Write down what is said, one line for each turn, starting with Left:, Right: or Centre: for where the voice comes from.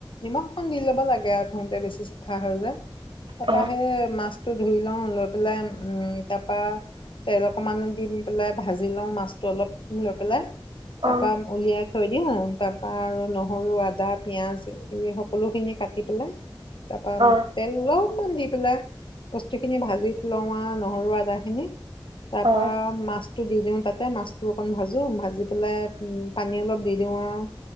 Left: নিমখ অকণ দি ল'ব লাগে আৰু ধুওঁতে, বেছি চাফা হৈ যায়। তাৰপৰা
Right: অ
Left: সে মা মাছটো ধুই লওঁ। লৈ <unintelligible> তাৰ পৰা, তেল অকমান দি পেলাই ভাজি লওঁ মাছটো অলপ লৈ পেলাই। তাৰ
Right: অ অ
Left: পৰা উলিয়াই থৈ দিওঁ আৰু। তাৰপৰা আৰু নহৰু আদাত পিঁয়াজ, এইখিনি সকলোখিনি কাটি পেলাই তাৰপৰা আমি
Right: অ
Left: তেল লওঁ। মন দি পেলাই বস্তু খিনি ভাজিত লওঁ নহৰু আদা খিনি। তাৰ
Right: অ
Left: পৰা মাছ টো দি দিওঁ তাতে মাছটো অকণ ভাজোঁ ভাজি পেলাই পানী অলপ দি দিওঁ আৰু,